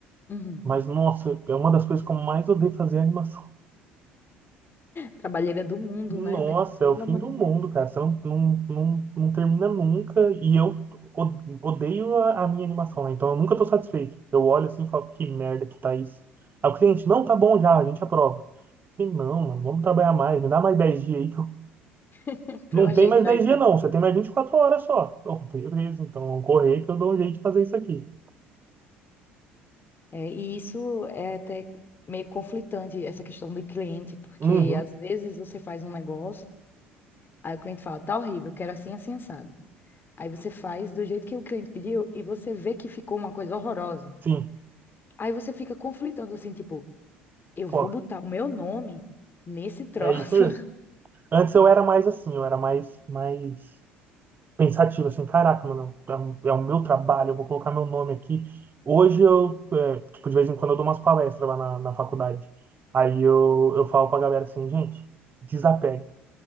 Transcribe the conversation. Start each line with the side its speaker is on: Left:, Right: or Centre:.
Left: uhum.
Right: Mas, nossa, é uma das coisas que eu mais odeio fazer é animação.
Left: Trabalheira do mundo,
Right: Nossa,
Left: né, velho? Pelo
Right: é o fim
Left: amor
Right: do
Left: de Deus,
Right: mundo, cara. Você não, não, não, não termina nunca. E eu o- odeio a, a minha animação, né? Então eu nunca tô satisfeito. Eu olho assim e falo, que merda que tá isso. Aí o cliente, não, tá bom já, a gente aprova. Eu falei, não, mano, vamos trabalhar mais, me dá mais 10 dias aí que eu... <laughs>
Left: <laughs> pra
Right: Não
Left: eu ajeitar
Right: tem mais 10
Left: isso
Right: dias,
Left: aqui.
Right: não, você tem mais 24 horas só. Bom, <laughs> beleza, então vamos correr que eu dou um jeito de fazer isso aqui.
Left: É, e isso é até meio conflitante, essa questão do cliente, porque
Right: Uhum,
Left: às vezes você faz um negócio, aí o cliente fala, tá horrível, eu quero assim, assim, assado. Aí você faz do jeito que o cliente pediu e você vê que ficou uma coisa horrorosa.
Right: sim.
Left: Aí você fica conflitando assim, tipo, eu
Right: Pô,
Left: vou botar o meu nome nesse troço.
Right: é isso mesmo. Antes eu era mais assim, eu era mais, mais. pensativo, assim, caraca, mano, é, o é o meu trabalho, eu vou colocar meu nome aqui. Hoje eu, é, tipo, de vez em quando eu dou umas palestras lá na, na faculdade. Aí eu, eu falo pra galera assim, gente, desapega.